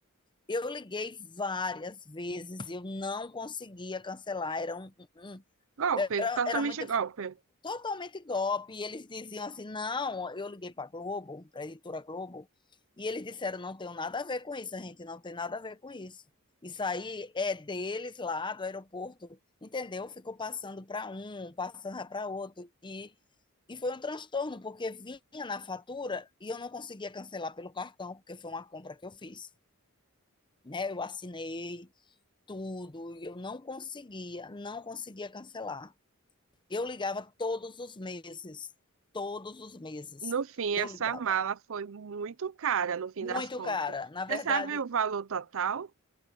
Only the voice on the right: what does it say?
Golpe,
totalmente
golpe.
No fim,
essa
mala foi muito cara, no fim
das contas.
Você sabe o valor total?